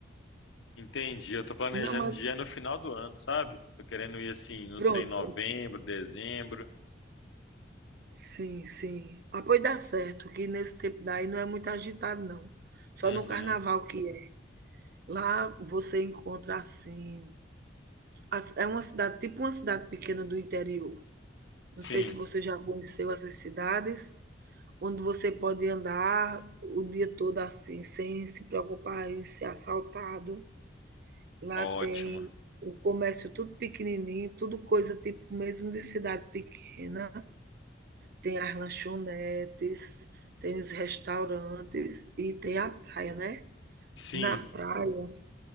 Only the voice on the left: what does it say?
entendi, eu tô planejando
dia no final do ano, sabe? Tô querendo ir assim, não
sei, novembro, dezembro.
Uhum,
sim,
ótimo.
Sim,